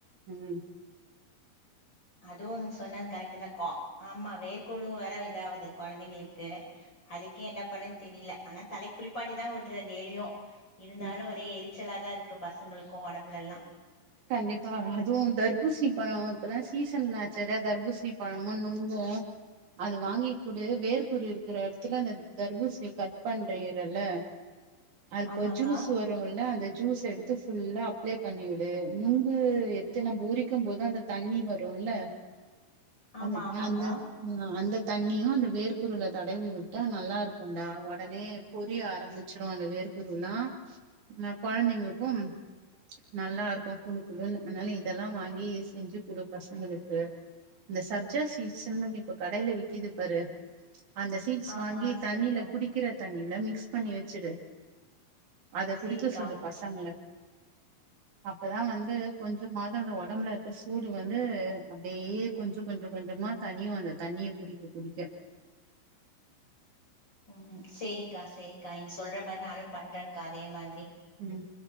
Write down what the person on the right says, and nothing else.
உஹம்
ம்
கண்டிப்பா அதுவும் தர்பூசணி பழம் இப்பதான் சீசன்னாசே தர்பூசணி பழமும் நுங்கும் அது வாங்கி கூடு வேர்க்கூறுஇருக்குற இடத்துல அந்த தர்பூசணி கட் பண்றறல்ல அதுப்ப
ஜூஸ் வருல்ல அந்த ஜூஸ் எடுத்து ஃபுல்லா அப்ளே பண்ணி விடு நுங்கு எத்தன நம்ம உரிக்கும் போதும் அந்த தண்ணி வரும்ல
அது
அந்த உம் அந்த தண்ணியும் அந்த வேர்க்குருள தடவி விட்டா நல்லா இருக்கும்டா உடனே பொரிய ஆரம்பிச்சிரும் அந்த வேர்க்குரு எல்லாம் ஆஹ குழந்தைங்களுக்கும் நல்லா இருக்கும் குழுக்குழுனு அதனால இதெல்லாம் வாங்கி செஞ்சு கொடு பசங்களுக்கு இந்த சப்ஜா சீட்ஸ்ன்னு இப்ப கடையில விக்குது பாரு அந்த சீட்ஸ்
வாங்கி
தண்ணில குடிக்கிற தண்ணில மிக்ஸ் பண்ணி வச்சுடு அத
குடிக்க சொல்லு பசங்கல அப்பதான் வந்து கொஞ்சம் கொஞ்சமது அந்த உடம்புல இருக்க சூடு வந்து அப்படியே கொஞ்சம் கொஞ்சம் கொஞ்சமா தனியும் அந்த தண்ணிய குடிக்க குடிக்க
உம்